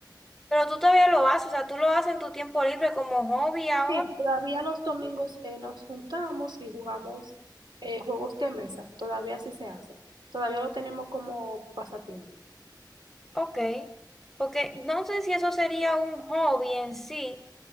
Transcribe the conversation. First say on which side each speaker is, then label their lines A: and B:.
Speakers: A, in the centre; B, on the right (about 70°).
A: Pero tú todavía lo haces, o sea, tú lo haces en tu tiempo libre como hobby ahora,
B: Sí, todavía los domingos eh, nos juntamos y jugamos eh, juegos de mesa. Todavía sí se hace. Todavía lo tenemos como pasatiempo.
A: ok. Porque no sé si eso sería un hobby en sí.